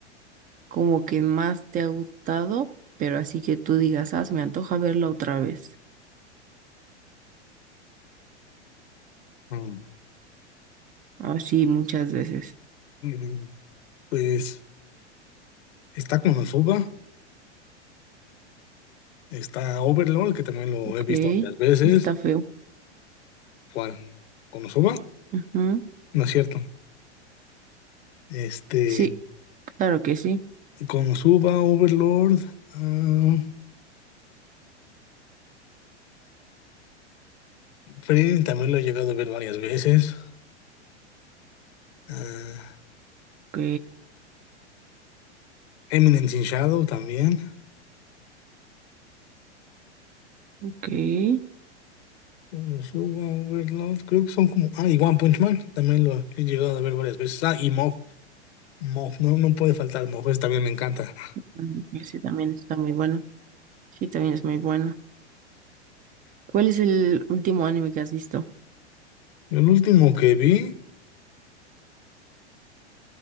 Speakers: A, on the right; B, on the left.
A: como que más te ha gustado, pero así que tú digas, ah, se me antoja verlo otra vez?
B: Mm,
A: Así muchas veces.
B: mm, Pues está Konosuba, está Overlord, que también lo
A: Ok,
B: he visto varias veces.
A: está feo.
B: ¿Cuál? ¿Konosuba?
A: Ujú.
B: No es cierto. Este,
A: Sí, claro que sí.
B: Konosuba, Overlord, ah, Frieren también lo he llegado a ver varias veces. ah,
A: Ok,
B: Eminence in Shadow también.
A: ok.
B: Konosuba, Overlord, creo que son como. Ah, y One Punch Man también lo he llegado a ver varias veces. Ah, y Mob. Moff, no, no puede faltar Moff, ese también me encanta.
A: Mm, Ese también está muy bueno. Sí, también es muy bueno. ¿Cuál es el último anime que has visto?
B: El último que vi,